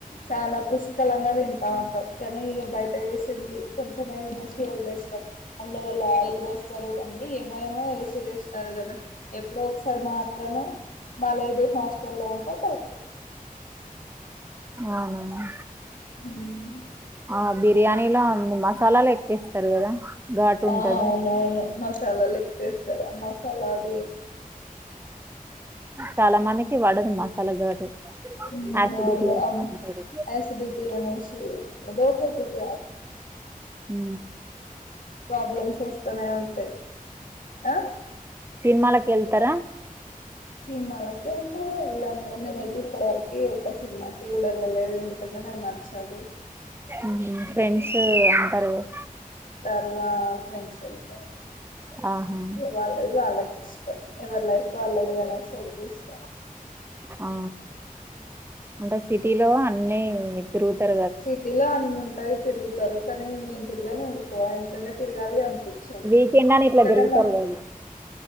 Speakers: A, on the left; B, on the right.
A: చాలా పుష్కలంగా తింటా ఉంటాం కానీ ఇగబ్ బయట ఏసింది కొంచమే తినేసి వదిలేస్తాం అందులో వాళ్ళు ఆయిల్ వోస్తారు అన్నీ ఏమో ఏమో ఏసి చేస్తారు కదా ఎప్పుడో ఒకసారి మాత్రమే ఈ హాస్టల్ లో ఉంటా బై
B: అవునా
A: ఉమ్.
B: ఆ బిర్యానీలా మసాలాలు ఎక్కువ ఏస్తారు కదా ఘాటు
A: ఆ
B: ఉంటది
A: అవును అవును మసాలాలు ఎక్కువ ఏస్తారు ఆ మసాలా అగు
B: చాలా మందికి వడదు మసాలా ఘాటు
A: ఉ
B: యాసిడిటీ
A: అవును
B: వస్తుంటది
A: అమ్ ఏ సిద్ధు ఇటు ఇయ్యి అనేసి ఏదో ఒకటి ఇగ
B: ఉ
A: ప్రాబ్లమ్స్ వస్తనే ఉంటాయి ఆ
B: సినిమాలకు వెళ్తారా
A: సినిమాలకి అంటే వెళ్ళాను నేను నేను అయితే ఇప్పటివరకి ఒక సినిమాకి కూడా వెళ్ళలే ఎందుకు అని నన్నా నచ్చదు
B: ఉహు ఫ్రెండ్స్ అంటారు కదా
A: అలా పెంచి వెళ్తారు
B: ఆహా
A: ఇగ వాళ్ళది వాళ్ళకు ఇష్టం ఎవరిలైఫ్ వాళ్ళది గదా సో వేంచుతా
B: ఆ అంటే సిటీలో అన్నీ ఈ తిరుగుతర్
A: సిటీలో అన్ని ఉంటాయి తిరుగుతారు కానీ నేను తిరిగను ఎక్కువ ఎందుకంటే తిరగాలి అనిపించాదు
B: వీకెండ్ అని
A: ఎందుకంటే
B: ఇట్లా తిరుగుతారు
A: మా
B: కదా